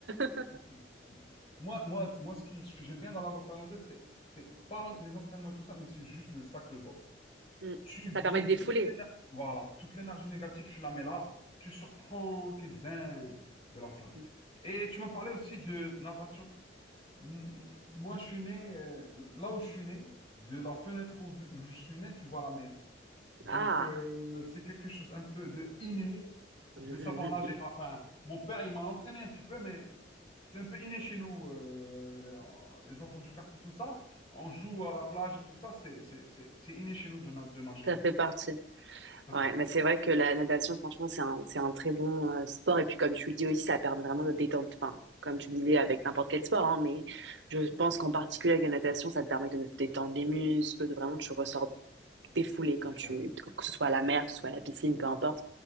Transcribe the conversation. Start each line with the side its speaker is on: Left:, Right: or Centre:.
Right: <laughs>
Left: Ok. Ok. Moi, moi, moi, ce qui, ce que j'aime bien dans la boxe thaïlandaise, c'est, c'est pas l'en- les entraînements et tout ça, mais c'est juste le sac de boxe.
Right: Mm.
Left: Tu vis
Right: Ça permet de défouler.
Left: toute l'éner- voilà, toute l'énergie négative, tu la mets là, tu sors tranquille, zen, de la salle.
Right: Mm.
Left: Et tu m'as parlé aussi de natation. M- Moi, je suis né, euh, là où je suis né, de la fenêtre où, de- où je suis né, tu vois la mer. Donc,
Right: Ah,
Left: euh, c'est quelque chose un peu de inné,
Right: <laughs>
Left: de savoir nager. Enfin, mon père, il m'a entraîné un petit peu, mais c'est un peu inné chez nous, euh, les les enfants du quartier, tout ça. On joue à la plage et tout ça, c'est c'est- c'est- c'est inné chez nous de, na- de nager,
Right: ça
Left: quoi.
Right: fait partie.
Left: Ça
Right: Ouais,
Left: fait partie.
Right: mais c'est vrai que la natation, franchement, c'est un, c'est un très bon euh, sport. Et puis, comme tu le dis aussi, ça permet vraiment de détendre. Enfin, comme tu le disais avec n'importe quel
Left: Mm.
Right: sport, hein, mais je
Left: Mm.
Right: pense qu'en particulier avec la natation, ça te permet de détendre les muscles, de vraiment tu ressors défoulé
Left: C'est
Right: quand
Left: clair.
Right: tu, que ce soit à la
Left: C'est
Right: mer,
Left: clair.
Right: que ce soit à la piscine, peu importe.